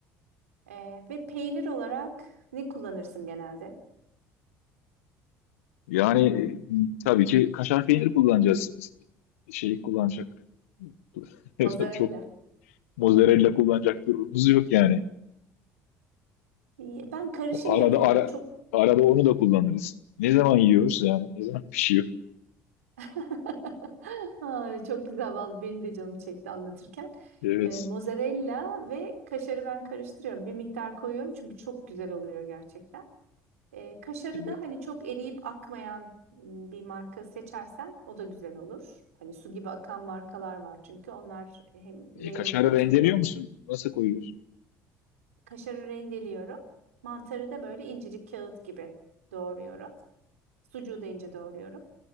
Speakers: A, on the right; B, on the left.
A: Ee, ve peynir olarak ne kullanırsın genelde?
B: Yani e, tabii ki kaşar peyniri kullanacağız. Biz şeyi kullanacak. <laughs>
A: Mozzarella.
B: Çok mozzarella kullanacak durumumuz yok yani.
A: Ee, Ben karışım
B: O Arada
A: yapıyorum.
B: ara,
A: Çok
B: arada onu da kullanırız. Ne zaman yiyoruz yani? Ne zaman <laughs> pişiyor?
A: <laughs> Ay, çok güzel vallahi benim de canım çekti anlatırken.
B: Evet.
A: Ee, mozzarella ve kaşarı ben karıştırıyorum. Bir miktar koyuyorum çünkü çok güzel oluyor gerçekten. E, kaşarı
B: Evet.
A: da hani çok eriyip akmayan m, bir marka seçersen o da güzel olur. Hani su gibi akan markalar var çünkü onlar hem yayılıp
B: E, kaşarı
A: batırıyor.
B: rendeliyor musun? Nasıl koyuyorsun?
A: Kaşarı rendeliyorum. Mantarı da böyle incecik kağıt gibi doğruyorum. Sucuğu da ince doğruyorum.